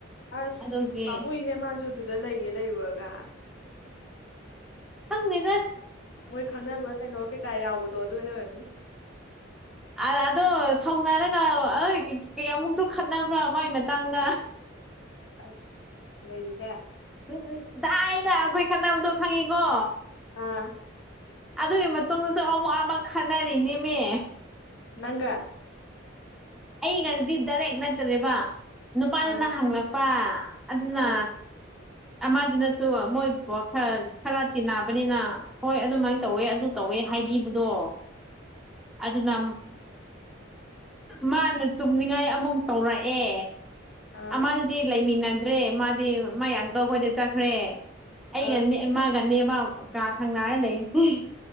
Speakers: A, on the left; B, in the centre.
A: ꯑꯁ
B: ꯑꯗꯨꯒꯤ
A: ꯄꯥꯝꯃꯨꯏꯍꯦ ꯃꯥꯁꯨ ꯑꯗꯨꯗ ꯂꯩꯒꯦ ꯂꯩꯔꯨꯔꯒ
B: ꯈꯪꯗꯦꯗ
A: ꯃꯣꯏ ꯈꯪꯅꯕ ꯀꯩꯅꯣ ꯀꯩꯀꯥ ꯌꯥꯎꯕꯗꯣ ꯑꯗꯨꯅ ꯑꯣꯏꯔꯝꯅꯤ
B: ꯑ ꯑꯗꯣ ꯁꯥꯎꯅꯔꯒ ꯑꯩ ꯀꯌꯥꯃꯨꯛꯁꯨ ꯈꯠꯅꯕ꯭ꯔꯥ ꯃꯥꯏ ꯃꯇꯥꯡꯗ
A: ꯑꯁ ꯅꯩꯍꯦ
B: ꯎꯝ ꯎꯝ ꯗꯥꯥꯏꯅ ꯑꯩꯈꯣꯏ ꯈꯠꯅꯕꯗꯣ ꯈꯪꯉꯤꯀꯣ
A: ꯑꯥ
B: ꯑꯗꯨꯒꯤ ꯃꯇꯨꯡꯗꯁꯨ ꯑꯋꯥꯕ ꯈꯠꯅꯔꯤꯅꯦꯃꯦ
A: ꯅꯪꯒꯥ
B: ꯑꯩꯒꯗꯤ ꯗꯥꯔꯦꯛ ꯅꯠꯇ꯭ꯔꯦꯕ ꯅꯨꯄꯥꯗꯨꯅ
A: ꯑꯥ
B: ꯍꯪꯂꯛꯄ ꯑꯗꯨꯅ
A: ꯑꯥ
B: ꯑꯃꯗꯨꯅꯁꯨ ꯃꯣꯏ ꯕꯣ ꯈꯔ ꯈꯔ ꯇꯤꯟꯅꯕꯅꯤꯅ ꯍꯣꯏ ꯑꯗꯨꯃꯥꯏꯅ ꯇꯧꯋꯦ ꯑꯗꯨ ꯇꯧ ꯍꯣꯏ ꯍꯥꯏꯕꯤꯕꯗꯣ
A: ꯥ <inaudible>
B: ꯑꯗꯨꯅ ꯃꯥꯅ ꯆꯨꯝꯅꯤꯡꯉꯥꯏ ꯑꯃꯨꯛ ꯇꯧꯔꯛꯑꯦ
A: ꯑꯥ
B: ꯑꯃꯗꯨꯗꯤ ꯂꯩꯃꯤꯟꯅ ꯗ꯭ꯔꯦ ꯃꯗꯤ ꯃꯥꯢ ꯑꯪꯀꯜ ꯍꯣꯢꯗ ꯆꯠꯈ꯭ꯔ ꯑꯩꯒꯅꯦ
A: ꯑꯥ
B: ꯏꯝꯃꯒ ꯃꯤ ꯑꯃ ꯀꯥ ꯊꯪꯅꯔꯒ ꯂꯩꯔꯤꯁꯦ